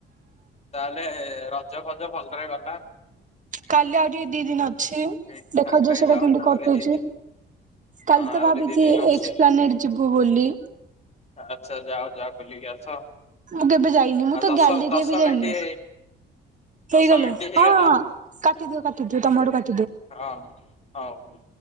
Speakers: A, on the left; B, on the right.
A: ତାହେଲେ ରଜ ଫଜ ଭଲରେ ଗଲା।
B: କାଲି ଆଉ ଟିକେ ଦି ଦିନ ଅ ଛି
A: ପିଠା
B: ଦେଖାଯାଉ
A: ଖାଇଲ
B: ସେଟା କେମତି କଟୁଚି।
A: ଆହୁରି ଦି ଦିନ
B: କାଲି
A: ହଁ
B: ତ
A: ଆହୁରି
B: ଭାବିଛି
A: ଦି ଦିନ ଅଛି।
B: ଏକ୍ସ ପ୍ଲାନେଟ୍ ଯିବୁ ବୋଲି।
A: ଆଚ୍ଛା ଯାଅ ଯାଅ ବୁଲିକି ଆସ।
B: ମୁଁ କେବେ ଯାଇନି ମୁଁ
A: ଆଉ
B: ତ
A: ଦଶ
B: ଗ୍ୟାଲିରିଆ
A: ଦଶ
B: ବି ଯାଇନି।
A: ମିନିଟ
B: ହେଇଗଲା
A: ଦଶ ମିନିଟ
B: ହଁ
A: ହେଇଗଲା
B: କାଟିଦିଅ କାଟିଦିଅ। ତମ ଆଡୁ କା
A: ହଁ ହଉ ।